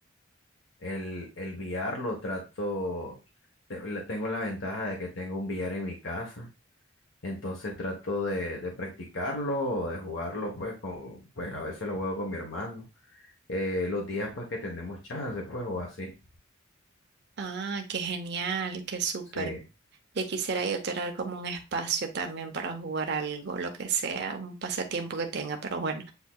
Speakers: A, on the left (about 65°); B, on the right (about 55°).
A: El, el VR lo trato, te- le- tengo la ventaja de que tengo un VR en mi casa, entonces trato de, de practicarlo, de jugarlo, pues, con, pues a veces lo juego con mi hermano, eh, los días pues que tenemos chance, pues, o así.
B: Ah, qué genial, qué súper.
A: Sí.
B: Ya quisiera yo tener como un espacio también para jugar algo, lo que sea, un pasatiempo que tenga, pero bueno,